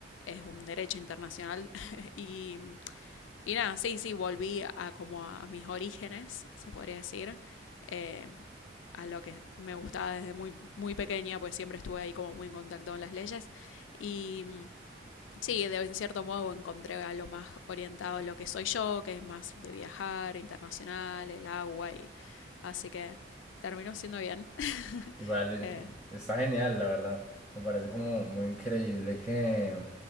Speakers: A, on the left; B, in the centre.
A: es un derecho internacional <laughs> y mm, y nada, sí, sí, volví a como a mis orígenes, se podría decir, eh, a lo que me gustaba desde muy, muy pequeña, pues siempre estuve ahí como muy en contacto con las leyes. Y mm, sí, de, en cierto modo encontré algo más orientado a lo que soy yo, que es más de viajar, internacional, el agua, y así que terminó siendo bien. <laughs>
B: Igual,
A: eh,
B: eh, está genial, la verdad. Me parece como muy increíble que,